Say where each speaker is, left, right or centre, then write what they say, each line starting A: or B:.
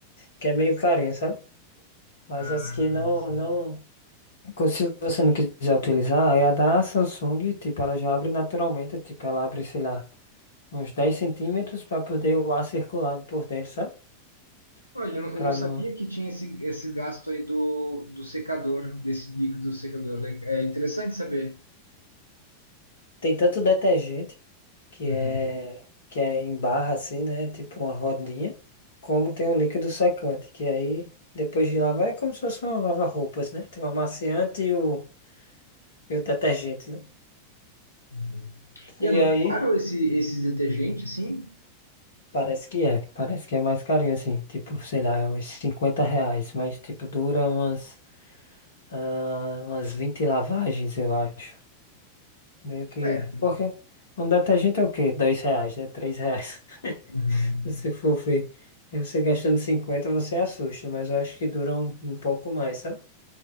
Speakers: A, on the left; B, on the left.
A: que é meio carinho, sabe? Mas
B: Ah,
A: as que não,
B: sim.
A: não, se você não quiser utilizar, aí a da Samsung, tipo, ela já abre naturalmente, tipo, ela abre, sei lá, uns 10 centímetros para poder o ar circular por dentro, sabe?
B: Olha, eu não eu
A: Para
B: não sabia
A: não. é.
B: que tinha esse, esse gasto aí do, do secador, desse líquido secador. Le- É interessante saber.
A: Tem tanto detergente, que
B: Uhum.
A: é, que é em barra assim, né? Tipo uma rodinha, como tem o líquido secante, que aí depois de lavar é como se fosse um lava-roupas, né? Tem o amaciante e o, e o detergente, né?
B: Uhum. E
A: E
B: é muito
A: aí,
B: caro esse, esses detergentes, assim?
A: parece que é, parece que é mais carinho assim, tipo, sei lá, é uns 50 reais, mas tipo, dura umas, ah, umas 20 lavagens, eu acho. Meio que,
B: É.
A: porque um detergente é o quê? Dois reais, né? Três reais. <laughs>
B: Uhum.
A: Se você for ver, aí você gastando 50 você assusta, mas eu acho que dura um, um pouco mais, sabe?